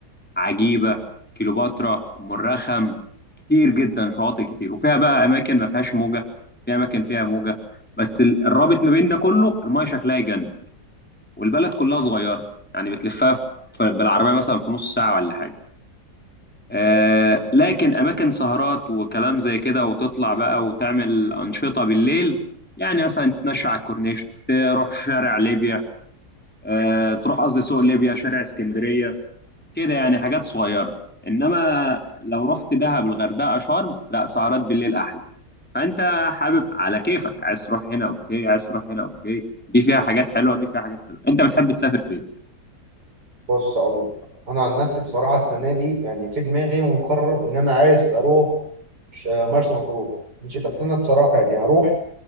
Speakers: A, in the centre; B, on the right.
A: عجيبة كيلوباترا أم الرخم كتير جدا شواطئ كتير وفيها بقى أماكن ما فيهاش موجة وفيها أماكن فيها موجة بس ال- الرابط ما بين ده كله المايه شكلها يجنن والبلد كلها صغيرة يعني بتلفها في- بالعربية مثلا في نص ساعة ولا حاجة آه لكن أماكن سهرات وكلام زي كده وتطلع بقى وتعمل أنشطة بالليل يعني مثلا تتمشى على الكورنيش تروح شارع ليبيا آه، تروح قصدي سوق ليبيا شارع اسكندريه كده يعني حاجات صغيره انما لو رحت دهب الغردقه شرم لا سهرات بالليل احلى فانت حابب على كيفك عايز تروح هنا اوكي عايز تروح هنا اوكي دي فيها حاجات حلوه دي فيها حاجات حلوه انت بتحب تسافر فين
B: بص اقول لك انا عن نفسي بصراحه السنه دي يعني في دماغي ومقرر ان انا عايز اروح ش- آه، مرسى مطروح ماشي بس انا بصراحه يعني هروح